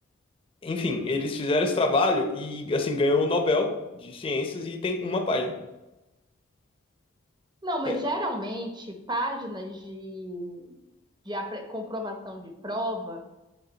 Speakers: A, on the left; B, on the right.
A: Enfim, eles fizeram esse trabalho e, assim, ganhou o Nobel de Ciências e tem uma página.
B: Não, mas
A: É,
B: geralmente páginas de, de apre- comprovação de prova